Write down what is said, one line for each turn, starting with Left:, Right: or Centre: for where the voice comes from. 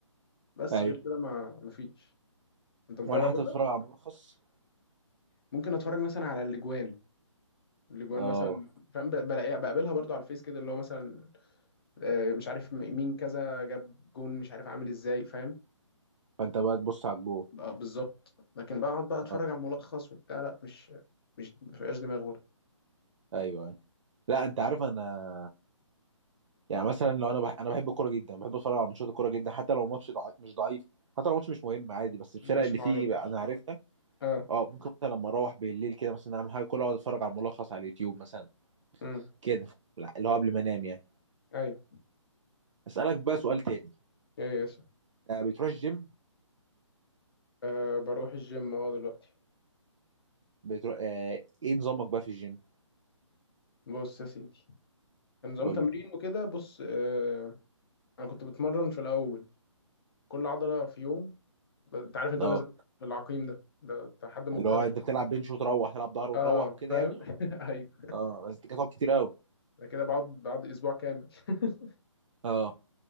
Left: بس
Right: ايوه
Left: غير كده ما ما فيش انت متابع
Right: ولا حتى بتتفرج
Left: بقى
Right: على ملخص
Left: ممكن اتفرج مثلا على الاجوان الاجوان
Right: اه
Left: مثلا فاهم ب- بلاقيها بقابلها برضو على الفيس كده اللي هو مثلا آه، مش عارف م- مين كذا جاب جون مش عارف عامل ازاي فاهم
Right: فانت بقى تبص على الجول
Left: بقى بالظبط لكن بقعد بقى اتفرج
Right: اه
Left: على ملخص وبتاع لا مش مش مفيهاش دماغ برضه
Right: ايوه ايوه لا انت عارف انا يعني مثلا لو انا بح... انا بحب الكوره جدا بحب اتفرج على ماتشات الكوره جدا حتى لو ماتش ضع... مش ضعيف حتى لو ماتش مش مهم عادي بس الفرق
Left: مش
Right: اللي
Left: معروف
Right: فيه بقى انا عرفتها
Left: اه
Right: اه ممكن مثلا لما اروح بالليل كده مثلا اعمل حاجه كلها اقعد اتفرج على الملخص على اليوتيوب مثلا
Left: امم
Right: كده لا اللي هو قبل ما انام يعني
Left: ايوه
Right: اسالك بقى سؤال تاني
Left: ايوه يس
Right: آه، بتروح الجيم
Left: آه بروح الجيم اه دلوقتي
Right: بتروح آه، ايه نظامك بقى في الجيم
Left: بص يا سيدي نظام
Right: قول
Left: تمرين
Right: لي
Left: وكده بص آه انا كنت بتمرن في الاول كل عضله في يوم انت عارف انت
Right: اه
Left: نظام العقيم ده ده ده حد مبتدئ
Right: اللي هو انت بتلعب بنش وتروح تلعب ظهر وتروح
Left: اه
Right: وكده
Left: فاهم
Right: يعني
Left: <laughs> ايوه
Right: اه بس دي كانت كتير قوي
Left: أنا كده بقعد بقعد اسبوع كامل <laughs>
Right: اه